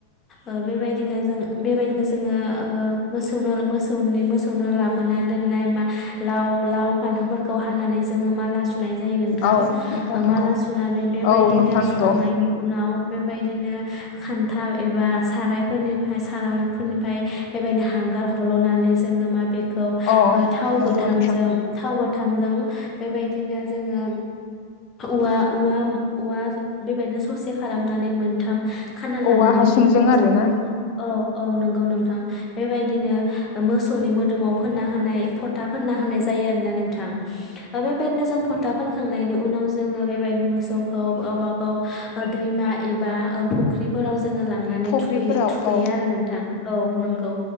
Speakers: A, on the left; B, on the left.
A: ओ बेबायदिनो जों बेबायदिनो जोङो ओ मोसौनो मोसौनि मोसौनो लाबोनानै दोननाय मा लाव लाव फान्थावफोरखौ हानानै जोङो माला सु सुनाय जायो नोंथां
B: औ नोंथां
A: ओ
B: नंगौ
A: माला सुनानै बेबायदिनो
B: औ नोंथां
A: सुखांनायनि
B: नंगौ
A: उनाव बेबायदिनो खान्था एबा सारायफोरनिफ्राय सारायफोरनिफ्राय बेबायदिनो हां हांगार हल'नानै जों मा बेखौ
B: अ
A: थाव
B: नंगौ
A: गोथांजों
B: नोंथां
A: थाव गो थांजों बेबायदिनो जोङो औवा औवा औवा बेबायदिनो ससे खालामनानै मोनथाम खाना
B: औवा
A: लानानै
B: हासुंजों
A: बेखौ
B: आरोना
A: जोङो मो औ औ नंगौ नोंथां बेबायदिनो मोसौनि मोदोमाव फोनना होनाय फथा फोनना होनाय जायो यो आरोना नोंथां बेबादिनो जों फथा फोनखांनायनि उनाव जोंङो बेबादिनो मोसौ खौ गावब गाव दैमा एबा फुख्रिफोराव जोङो लांनानै
B: फुख्रिफोराव
A: थुखै-थुखैयो
B: औ
A: आरो नोंथां औ नंगौ।